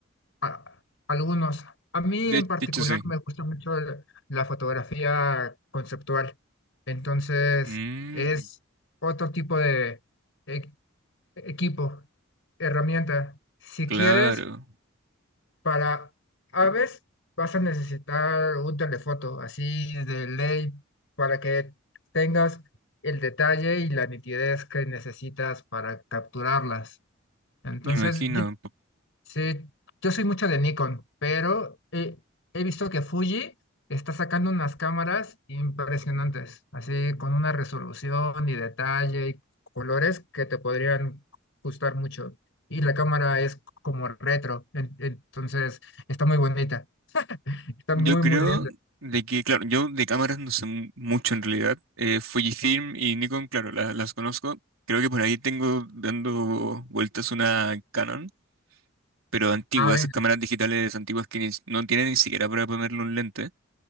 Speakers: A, on the left; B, on the right.
A: a- algunos. A mí
B: De,
A: en particular
B: de hecho, sí.
A: me gusta mucho el- la fotografía conceptual. Entonces,
B: Mm.
A: es otro tipo de e- equipo, herramienta. Si
B: Claro,
A: quieres, para aves vas a necesitar un telefoto, así de ley, para que tengas el detalle y la nitidez que necesitas para capturarlas. Entonces,
B: me imagino.
A: yo,
B: P-
A: Sí, yo soy mucho de Nikon, pero he, he visto que Fuji está sacando unas cámaras impresionantes, así con una resolución y detalle y colores que te podrían gustar mucho. Y la cámara es como retro, en- entonces está muy bonita, está
B: Yo
A: muy,
B: creo
A: muy linda.
B: de que, claro, yo de cámaras no sé mu- mucho en realidad. Eh, Fujifilm y Nikon, claro, la- las conozco. Creo que por ahí tengo dando vueltas una Canon, pero antigua,
A: Ah, venga,
B: esas cámaras digitales antiguas que ni- no tienen ni siquiera para ponerle un lente.